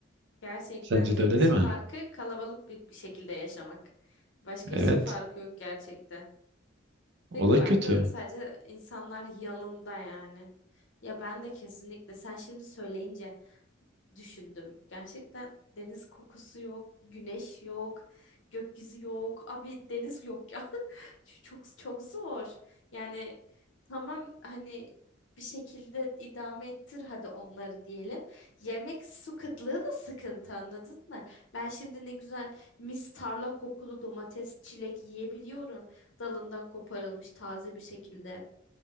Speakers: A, on the left (about 65°); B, on the right (about 60°).
A: Gerçekten
B: Sence
A: tek
B: de öyle değil mi?
A: farkı kalabalık bir şekilde yaşamak. Başka
B: Evet.
A: hiçbir farkı yok gerçekten.
B: O
A: Tek
B: da
A: farkı
B: kötü.
A: sadece insanlar yanında yani. Ya ben de kesinlikle sen şimdi söyleyince düşündüm. Gerçekten deniz kokusu yok, güneş yok, gökyüzü yok. Abi deniz yok ya. <laughs> Ç- Çok çok zor. Yani tamam hani bir şekilde idame ettir hadi onları diyelim. Yemek su kıtlığı da sıkıntı anladın mı? Ben şimdi ne güzel mis tarla kokulu domates, çilek yiyebiliyorum. Dalından koparılmış taze bir şekilde.